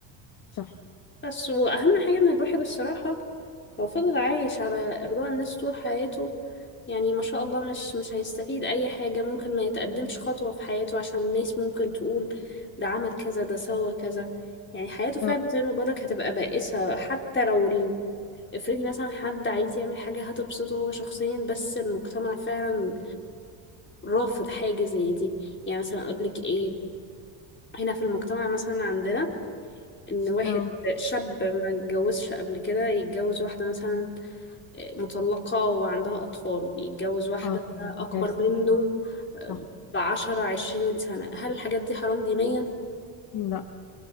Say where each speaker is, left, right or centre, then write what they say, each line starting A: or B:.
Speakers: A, on the left (about 45°); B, on the left (about 25°).
A: صح
B: بس واهم حاجة ان الواحد الصراحة لو فضل عايش على إرضاء الناس طول حياته يعني ما شاء الله مش مش هيستفيد أي حاجة ممكن ما يتقدمش خطوة في حياته عشان الناس ممكن تقول ده عمل كذا ده سوى كذا يعني حياته فعلا
A: اه
B: زي ما بقولك هتبقى بائسة حتى لو ال... افرضي مثلا حد عايز يعمل حاجة هتبسطه هو شخصيا بس المجتمع فعلا رافض حاجة زي دي يعني مثلا أقولك إيه هنا في المجتمع مثلا عندنا إن واحد
A: اه
B: شاب ما اتجوزش قبل كده يتجوز واحدة مثلا مطلقة وعندها أطفال يتجوز واحدة
A: اه طبعا
B: أكبر
A: دي كارثة
B: منه آه،
A: صح
B: بعشرة عشرين سنة هل الحاجات دي حرام دينيا؟
A: لا